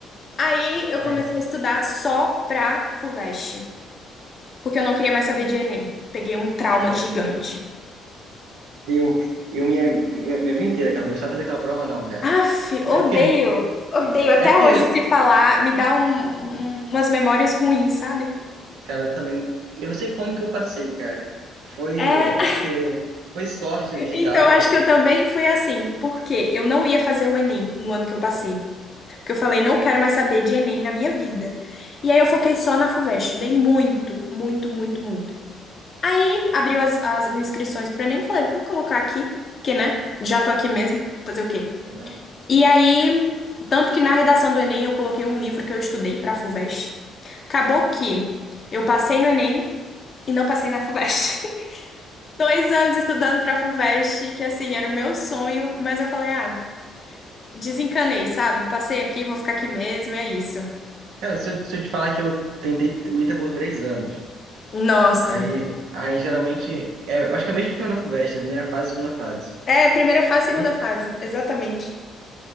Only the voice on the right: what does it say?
É,
eu, eu minha, minha, minha vida inteira, cara, não gostava daquela prova, não, cara.
É porque,
é porque,
cara, eu também, eu não sei como que eu passei, cara. Foi,
acho que foi sorte
ali e tal.
É.
Cara, se eu, se eu te falar que eu tentei o ITA por três anos,
aí, aí geralmente, é, eu acho que é o mesmo esquema na FUVEST, é primeira fase, segunda fase.
Não-